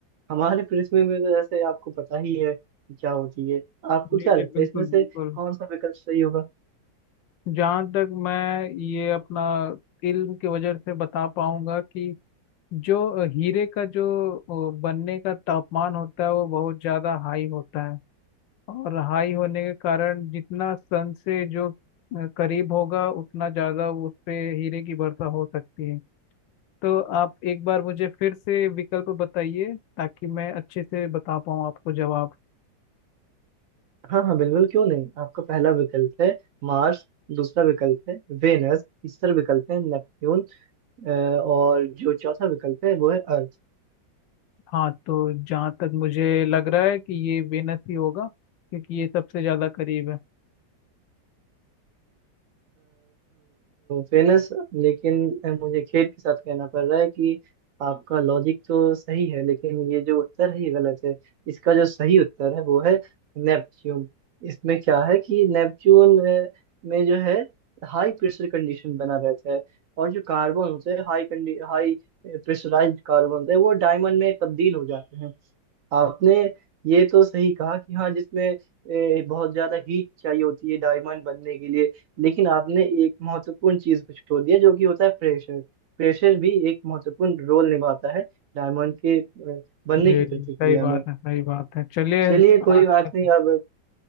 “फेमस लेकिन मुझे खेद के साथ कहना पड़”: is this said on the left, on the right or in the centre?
Right